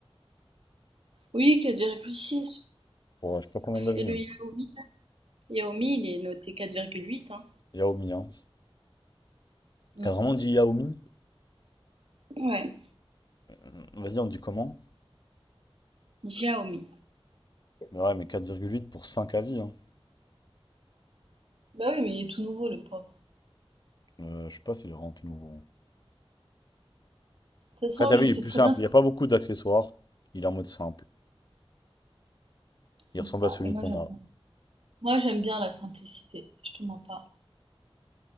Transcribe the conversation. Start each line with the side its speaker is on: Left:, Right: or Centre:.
Right: Oui, 4,6.
Left: Pour euh, je sais pas combien d'avis.
Right: Et le
Left: Hein.
Right: Yaomi? Yaomi, il est noté 4,8. Hein.
Left: Yaomi, hein.
Right: Mm.
Left: T'as vraiment dit Yaomi?
Right: Ouais,
Left: Euh, Vas-y, on dit comment?
Right: Xiaomi.
Left: Mais ouais, mais quatre virgule huit pour cinq avis, hein.
Right: Bah oui, mais il est tout nouveau, le pauvre.
Left: Euh, je sais pas s'il est rentré nouveau.
Right: De toute
Left: Après,
Right: façon,
Left: t'as vu,
Right: je
Left: il
Right: sais
Left: est plus
Right: très
Left: simple.
Right: bien ce
Left: Il
Right: que
Left: n'y a pas beaucoup d'accessoires. Il est en mode simple. Il
Right: c'est
Left: ressemble
Right: ça.
Left: à celui
Right: Et moi,
Left: qu'on
Right: j'aime
Left: a.
Right: Moi, j'aime bien la simplicité, je te mens pas.